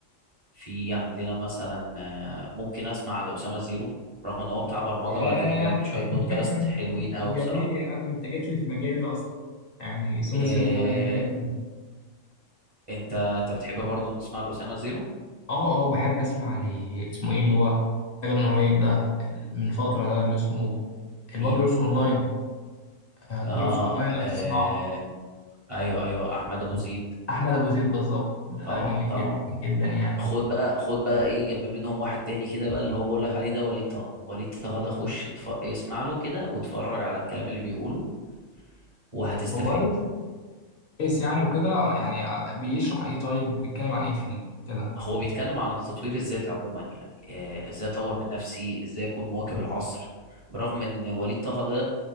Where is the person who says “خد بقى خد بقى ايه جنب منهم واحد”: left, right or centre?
Right